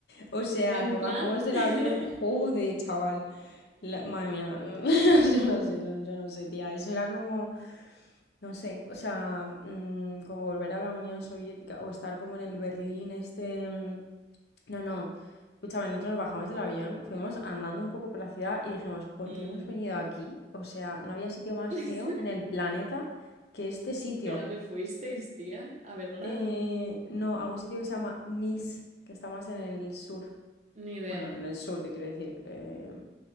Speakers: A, on the left (about 65°); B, on the right (about 40°).
A: O sea,
B: ¿en
A: nos
B: plan?
A: bajamos del
B: <laughs>
A: avión. Joder, chaval. La- madre mía, <laughs> yo no sé, no- yo no sé, tía. Eso era como, no sé, o sea, mm, como volver a la Unión Soviética o estar como en el Berlín este. mm, no, no. Escúchame, nosotros nos bajamos del avión, fuimos andando un poco por la ciudad y dijimos, ¿por
B: Mm.
A: qué hemos venido aquí? O sea, no había sitio más
B: <laughs>
A: feo en el planeta que este sitio.
B: ¿Pero a dónde fuisteis, tía? A Belgrado.
A: Eh, no, a un sitio que se llama Nice, que está más en el sur.
B: Ni idea.
A: Bueno, en el sur te quiero decir. eh,